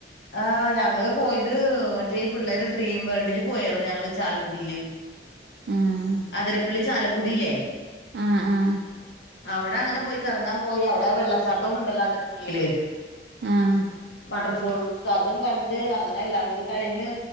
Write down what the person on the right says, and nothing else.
ആഹ്
ആഹ് ആഹ്
ആഹ്